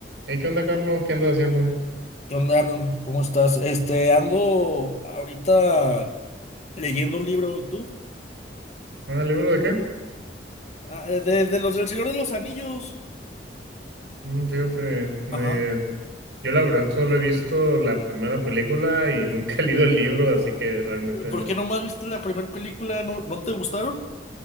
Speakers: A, on the right; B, on the left.
A: Hey, ¿qué onda, Carlos? ¿Qué andas haciendo?
B: ¿Qué onda, Arnold? ¿Cómo estás? Este, ando ahorita leyendo un libro, ¿y tú?
A: Ah, ¿libro de qué?
B: Ah, eh, de, de los del Señor de los Anillos.
A: Mm, fíjate, eh,
B: Ajá,
A: yo la verdad solo he visto la primera película y <laughs> nunca he leído el libro, así que realmente
B: Eh, ¿Por
A: no.
B: qué nomás viste la primera película? ¿No, no te gustaron?